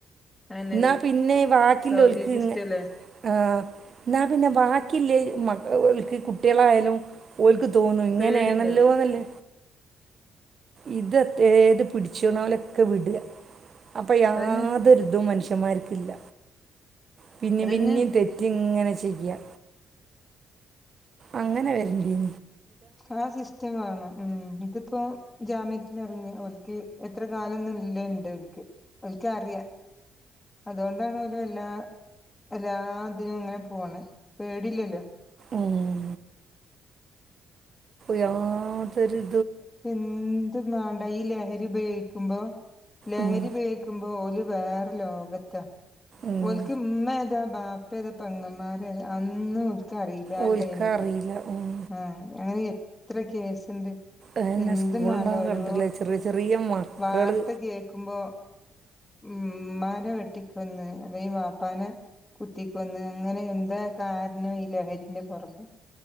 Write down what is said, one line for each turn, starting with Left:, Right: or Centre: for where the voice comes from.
Left: അയന്നെ
Right: ന്നാ പിന്നെ വാക്കി
Left: സൗദി
Right: ലോല്ക്ക്
Left: സിസ്റ്റം
Right: ന്നെ
Left: അല്ലേ
Right: ആ ന്നാ പിന്നെ ബാക്കി ല്ലേ മക്ക ഓൽക്ക് കുട്ട്യേളായാലും ഓൽ ക്ക് തോന്നും ഇങ്ങനെണല്ലോ
Left: പേടിണ്ടാവും
Right: ന്ന്ല്ലെ ഇത് ഏത് പിടിച്ച്ണോലൊക്കെ വിട. അപ്പ യാതൊര്
Left: അതന്നെ
Right: തും മനുഷ്യൻമാര് ത്തില്ല പിന്നീം
Left: അതന്നെ
Right: പിന്നീം തെറ്റ് ങ്ങനെ ച്ചെയ്യ അങ്ങനെ വെര്ൻ്റീനി
Left: ആ സിസ്റ്റമാണം ഉം ഇത് പ്പം ജാമ്യത്തിലെർങ്ങ ഓൽക്ക് എത്രകാലൊന്നും ഇല്ല ണ്ട് ഓൽക്ക് ഓൽക്കറ്യാ അതുകൊണ്ടാണ് അതുവല്ലാ എല്ലാ ഇതിനും ഇങ്ങനെ പോണ്, പേടി ഇല്ലല്ലോ
Right: ഉം യാതൊരു
Left: എന്തിന്നാടാ ഈ ലഹരി ഉപയോ ക്കുമ്പോ ലഹരി
Right: ഉം
Left: ഉപയോഗിക്കുമ്പോ ഓല് വേറെ ലോകത്താ
Right: ഉം
Left: ഓൽക്ക് ഇമ്മ ഏതാ ബാ പ്പ ഏതാ പെങ്ങമാര് ഏതാ അന്നു ഓരിക്ക് അറിയില്ല ആ
Right: ഓൽക്കറിയില്ല
Left: ടൈമില്
Right: ഉം
Left: ആ അങ്ങനെ എത്ര കേസിണ്ട്
Right: അതന്നെ
Left: എന്തു
Right: സ്കൂളിന്നൊക്കെ
Left: <unintelligible> ഓരോ
Right: കണ്ടില്ലേ ചെറിയ ചെറിയ മക്കള്
Left: വാർത്ത കേക്കുമ്പോ ഉം ഉമ്മാനെ വെട്ടിക്കൊന്ന് അല്ലേങ്കി വാപ്പാനെ കുത്തിക്കൊന്ന് അങ്ങനെ എന്താ കാരണോ ഈ ലഹരിൻ്റെ പൊറമേ